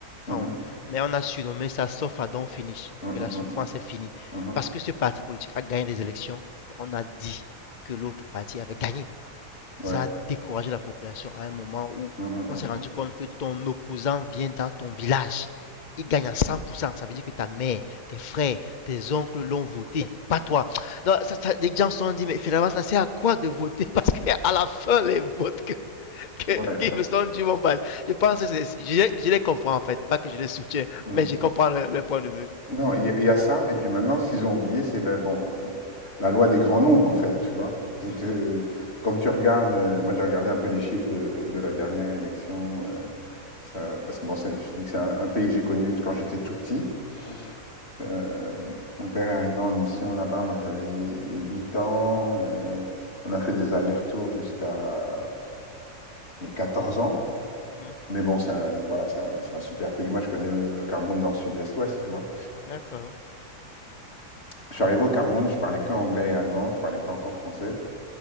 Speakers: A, on the left; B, on the left.
A: Found.
B: mhm,
A: Mais on a surnommé ça sauf à Don't Finish,
B: mhm,
A: que la souffrance
B: mhm,
A: est finie.
B: mhm,
A: Parce que ce parti politique a gagné des élections, mais on a dit que l'autre parti avait gagné.
B: Ouais.
A: Ça a Ouais. découragé la population à un moment où
B: mhm,
A: on s'est rendu compte que ton opposant vient dans ton village. Il gagne à 100%. Ça veut dire que ta mère, tes frères, tes oncles l'ont voté, <laughs> pas toi. Donc, ça, ça- les gens se sont dit, mais finalement, ça sert à quoi de voter Parce qu'à la fin, les votes que que,
B: mhm, ouais,
A: qui me sont du bon bal. Je pense que c'est- je, je les comprends en fait, pas que je les soutiens,
B: mhm.
A: mais je comprends le, le point de vue.
B: Non, il y, a il y a ça. Et puis maintenant, ce qu'ils ont oublié, c'est la, bon, euh, la loi des grands nombres, en fait, tu vois. C'est
A: Mhm,
B: que quand tu regardes, euh, moi j'ai regardé un peu les chiffres de, de la dernière élection, euh, ça, parce que bon, c'est- je te dis que c'est un, un pays que j'ai connu quand j'étais tout petit.
A: mhm,
B: Heu, mon père est arrivé en mission là-bas, moi j'avais 8 ans, heu, on a fait des allers-retours jusqu'à mes 14 ans.
A: mhm.
B: Mais bon, c'est un voilà, c'est un c'est un super pays. Moi, je connais le le Cameroun nord, sud, est, ouest, tu vois?
A: D'accord.
B: Je suis arrivé au Cameroun, je parlais qu'anglais et allemand, je parlais pas encore français